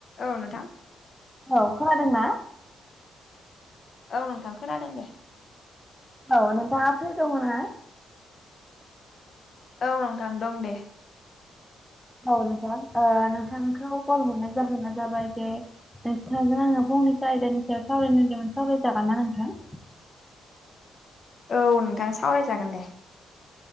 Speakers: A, on the left (about 55°); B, in the centre.
A: औ नोंथां
B: औ खोनादोंना?
A: औ नोंथां खोनादों दे
B: औ नोंथाङा फ्रि दङना?
A: औ नोंथां दं दे
B: औ नोंथां नोंथांखौ कल हरनाय जाहोना जाबाय जे नोंथांजों आङो फंनैसो आयदानि सायाव सावरायनोदोंमोन सावरायजागोन ना नोंथां
A: औ नोंथां सावरायजागोन दे